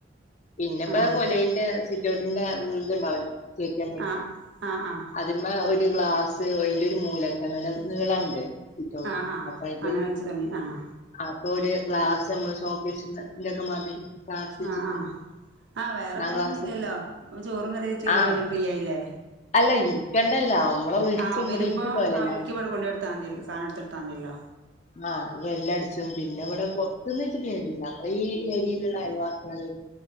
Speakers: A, on the left; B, on the right.
A: പിന്നെപ്പേ
B: ആഹ്
A: കൊലയിന്റെ സിറ്റൗട്ടിന്റെ ഇത്ണ്ടാവുലേ ചേറ്റമ്മൽ
B: ആഹ് ആഹ് ആഹ് ആഹ്
A: അ തിമേ ഒരു ഗ്ലാസ് അയിന്റെ ഒരു മൂലക്കെമല് നീളണ്ട്. സിറ്റൗട്ട്
B: ആഹ് ആഹ്
A: അപ്പൊ അയിന്റെ
B: അങ്ങനെ
A: ഒരു
B: വെച്ച് തുടങ്ങി ആഹ്
A: അപ്പൊ ഒര് ഗ്ലാസ് നമ്മള് ഷോക്കീസിന്റെ ഒക്കെ മാതിരി ഗ്ലാസ് വെച്ചിട്ട്
B: ആഹ് ആഹ് ആഹ് വേറെ
A: ആ
B: പണിയൊന്നുല്ലല്ലോ
A: ഗ്ലാസ്
B: ചോറും കറി വെച്ച് കഴിഞ്ഞ
A: ആഹ്
B: പിന്നെ ഫ്രീ ആയില്ലേ.
A: അല്ല ഇരിക്കേണ്ടല്ലോ നമ്മളെ വിളിച്ചും
B: ആഹ്
A: <unintelligible>
B: വരുമ്പോ
A: പോലെ
B: ആ വിളിക്കി ഇവിടന്ന് കൊണ്ട് കൊടുത്താൽ മതിയല്ലോ സാധനം എടുത്താ മതിയല്ലോ
A: ആഹ് വെല്ല് അടിച്ചും പിന്നെ ഇവിടെ പൊറത്തന്ന് വിളിച്ചിട്ട് കേറൂല നമ്മള് ഈ <unintelligible> അയൽവാസികൾ